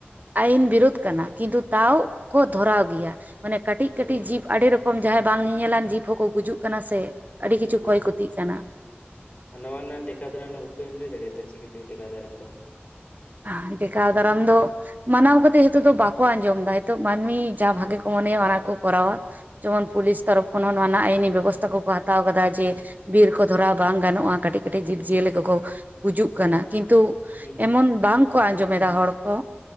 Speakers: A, on the right; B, on the left.
A: ᱟᱭᱤᱱ ᱵᱤᱨᱳᱫ ᱠᱟᱱᱟ, ᱠᱤᱱᱛᱩ ᱛᱟᱣ ᱠᱚ ᱫᱷᱚᱨᱟᱣ ᱜᱮᱭᱟ ᱢᱟᱱᱮ ᱠᱟᱹᱴᱤᱡ
B: ᱦᱳᱭ
A: ᱠᱟᱹᱴᱤᱡ ᱡᱤᱵ ᱟᱹᱰᱤ ᱨᱚ ᱠᱚᱢ ᱡᱟᱦᱟᱸᱭ ᱵᱟᱝ ᱧᱮᱧᱮᱞᱟᱱ ᱡᱤᱵᱽ ᱦᱚᱸᱠᱚ ᱜᱩᱡᱩᱜ ᱠᱟᱱᱟ ᱥᱮ ᱟᱹᱰᱤ
B: ᱦᱩᱸ
A: ᱠᱤᱪᱷᱩ
B: ᱦᱩᱸ
A: ᱠᱷᱚᱭ ᱠᱷᱚᱛᱤᱜ ᱠᱟᱱᱟ ᱾
B: ᱟᱨ ᱱᱚᱣᱟ ᱱᱟᱜ ᱴᱮᱠᱟᱣ ᱫᱟᱨᱟᱱ ᱱᱟᱜ ᱩᱯᱟᱹᱭᱮᱢ ᱞᱮᱭ ᱫᱟᱲᱮᱭᱟᱜᱼᱟ ᱛᱚ ᱪᱤᱠᱟᱹᱛᱮ ᱴᱮᱠᱟᱣ ᱫᱟᱨᱟᱢ ᱠᱚᱣᱟᱵᱚᱱ?
A: ᱦᱟ, ᱴᱮᱠᱟᱣ ᱫᱟᱨᱟᱢ ᱫᱚ ᱢᱟᱱᱟᱣ ᱠᱟᱛᱮᱜ ᱦᱤᱛᱚᱜ ᱫᱚ ᱵᱟᱠᱚ ᱟᱸᱡᱚᱢ ᱫᱟ ᱦᱤᱛᱚᱜ ᱢᱟᱹᱱᱢᱤ ᱡᱟ ᱵᱷᱟᱜᱮ ᱠᱚ ᱢᱚᱱᱮᱭᱟ ᱚᱱᱟ ᱜᱮᱠᱚ ᱠᱚᱨᱟᱣᱟ ᱾ ᱡᱮᱢᱚᱱ ᱯᱩᱞᱤᱥ ᱛᱚᱨᱚᱯᱷ ᱠᱷᱚᱱ ᱦᱚᱸ ᱱᱟᱣᱟ ᱱᱟᱜ ᱟᱭᱤᱱᱤ ᱵᱮᱵᱚᱥᱛᱷᱟ ᱠᱚᱠᱚ ᱦᱟᱛᱟᱣ ᱠᱟᱫᱟ ᱡᱮ ᱵᱤᱨ ᱠᱚ ᱫᱷᱚᱨᱟᱣ ᱵᱟᱝ ᱜᱟᱱᱚᱜᱼᱟ ᱠᱟᱹᱴᱤᱡ ᱠᱟᱹᱴᱤᱡ ᱡᱤᱵᱽᱡᱤᱭᱟᱹᱞᱤ ᱠᱚᱠᱚ ᱜᱩᱡᱩᱜ ᱠᱟᱱᱟ, ᱠᱤᱱᱛᱩ
B: ᱦᱩᱸ ᱦᱩᱸ
A: ᱮᱢᱚᱱ ᱵᱟᱝᱠᱚ ᱟᱸᱡᱚᱢᱮᱫᱟ ᱦᱚᱲ ᱠᱚ,